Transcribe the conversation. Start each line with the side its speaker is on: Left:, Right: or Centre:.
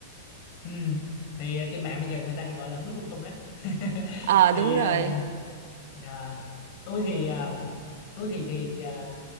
Left: ừ. thì à, trên mạng bây giờ người ta hay gọi là hướng lung tung đấy <laughs>
Right: ờ đúng
Left: thì
Right: rồi
Left: à, À, tôi thì à, tôi thì thì à,